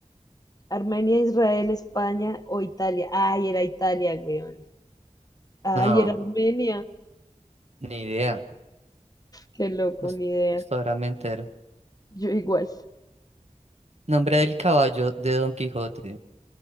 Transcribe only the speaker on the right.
No,
ni idea.
Hasta
hasta ahora me entero.
Nombre del caballo de Don Quijote.